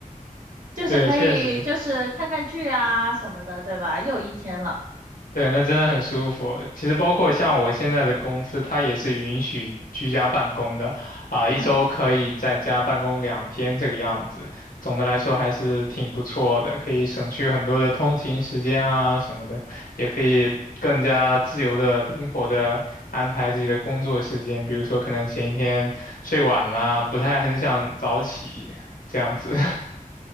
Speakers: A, on the right; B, on the left.
A: 就是可以就是看看剧啊什么的，
B: <laughs> 对，确实。
A: 对吧？又一天了，
B: 对，那真的很舒服。其实包括像我现在的公司，它也是允许居家办公的，啊、
A: 嗯。
B: 一周可以在家办公两天这个样子。总的来说还是挺不错的，可以省去很多的通勤时间啊什么的，也可以更加自由的、灵活的安排自己的工作时间。比如说，可能前一天睡晚了，不太很想早起，这样子。<laughs>